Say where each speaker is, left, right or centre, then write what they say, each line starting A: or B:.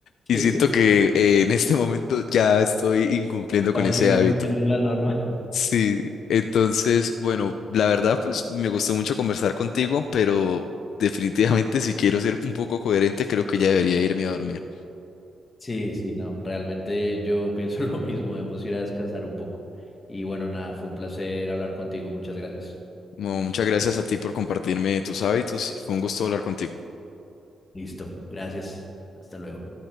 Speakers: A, on the left (about 70°); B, on the left (about 20°).
A: Y
B: <laughs>
A: siento que eh, en este momento ya estoy incumpliendo
B: Estamos
A: con ese
B: incumpliendo
A: hábito.
B: la norma.
A: Sí, entonces, bueno, la verdad, pues me gustó mucho conversar contigo, pero definitivamente si quiero ser un poco coherente, creo que ya debería irme a dormir.
B: Sí, sí, no, realmente yo pienso <laughs> lo mismo, debemos ir a descansar un poco. Y bueno, nada, fue un placer hablar contigo, muchas gracias.
A: No, muchas gracias a ti por compartirme tus hábitos. Fue un gusto hablar contigo.
B: Listo, gracias, hasta luego.